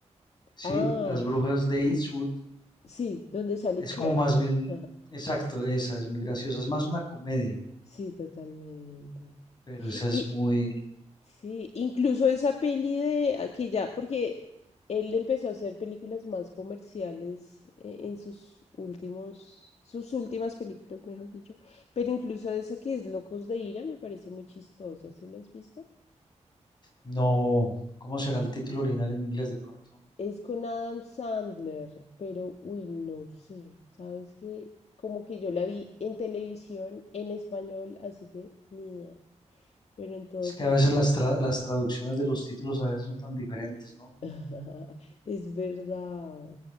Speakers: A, on the left; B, on the left.
A: sí,
B: Ah,
A: las brujas de Eastwood,
B: sí, donde sale
A: es
B: Cher.
A: como más
B: <laughs>
A: bien, exacto, esa es muy graciosa, es más una comedia,
B: Sí, totalmente.
A: pero
B: Y,
A: esa es
B: y-
A: muy,
B: sí, incluso esa peli de aquí ya, porque él empezó a hacer películas más comerciales eh, en sus últimos, sus últimas películas, mejor dicho. Pero incluso esa que es Locos de Ira me parece muy chistosa. ¿Sí la has visto?
A: no, ¿cómo será el título original en inglés de pronto?
B: Es con Adam Sandler, pero uy, no sé. ¿Sabes qué? Como que yo la vi en televisión en español, así que ni idea. Pero en todo
A: Es que
B: caso,
A: a veces las, tra- las traducciones de los títulos a veces son tan diferentes, ¿no?
B: <laughs> es verdad.